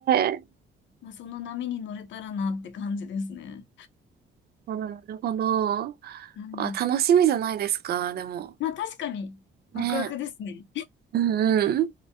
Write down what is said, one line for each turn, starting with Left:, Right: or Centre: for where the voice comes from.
Right: え。
Left: まあその波に乗れたらなって感じですね。
Right: なるほど。なるほど
Left: うん。
Right: あ、楽しみじゃないですか、でも。
Left: まあ確かにワクワクですね。
Right: ねえ。うんうん。